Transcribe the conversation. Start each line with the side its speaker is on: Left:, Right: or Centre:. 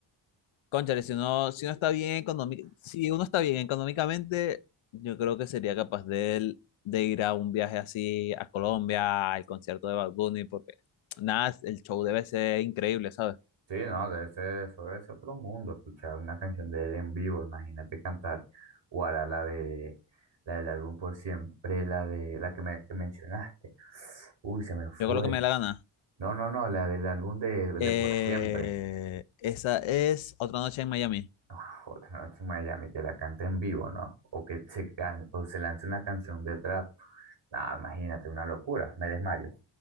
Left: Cónchale, si uno, si uno está bien económic- si uno está bien económicamente, yo creo que sería capaz de, él- de ir a un viaje así a Colombia, al concierto de Bad Bunny, porque nada, el show debe ser increíble, ¿sabes?
Right: Sí, no, de ese, fue ese otro mundo, escuchar una canción de él en vivo, imagínate cantar Guara, la de, la del álbum Por Siempre, la de, la que me que mencionaste. Uy, se me fue.
Left: Yo creo que me dé la gana.
Right: No, no, no, la del álbum de,
Left: Eh,
Right: de por siempre.
Left: esa es Otra Noche en Miami.
Right: No, Otra noche en Miami, que la cante en vivo, ¿no? O que se, can- o se lance una canción de trap. Ah, imagínate, una locura, me desmayo.